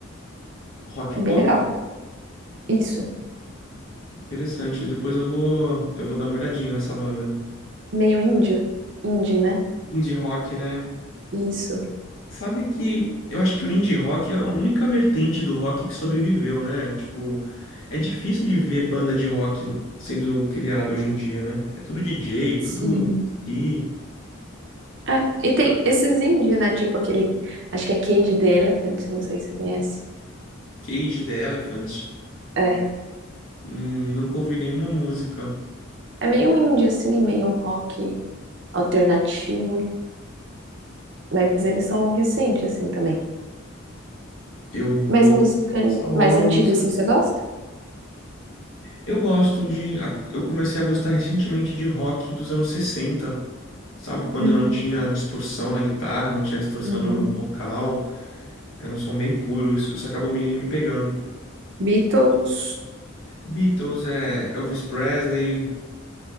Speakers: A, on the left (about 70°); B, on the right (about 60°).
A: Rock
B: É bem
A: pop?
B: legal. Isso.
A: Interessante. Depois eu vou, eu vou dar uma olhadinha nessa banda.
B: Meio índio. Indie, né?
A: Indie rock, né?
B: Isso.
A: Sabe que eu acho que o indie rock é a única vertente do rock que sobreviveu, né? Tipo, é difícil de ver banda de rock sendo criada hoje em dia, né? É tudo DJ,
B: Sim.
A: tudo MC,
B: É, e tem esses indie, né? Tipo aquele. Acho que é Cage the Elephant, não sei se você conhece.
A: Cage the Elephant.
B: É.
A: Hum, nunca ouvi nenhuma música.
B: É meio indie, assim, meio um rock alternativo. Mas eles são recentes, assim, também.
A: Eu vou
B: Mas música
A: salvar
B: mais
A: uma
B: antiga,
A: música.
B: assim, você gosta?
A: Eu gosto de. a- Eu comecei a gostar recentemente de rock dos anos sessenta Sabe, quando
B: Hum,
A: não tinha distorção na guitarra, não tinha distorção
B: Uhum.
A: no no vocal, era um som bem puro, isso, isso acabou me, me pegando.
B: Beatles.
A: Beatles é Elvis Presley.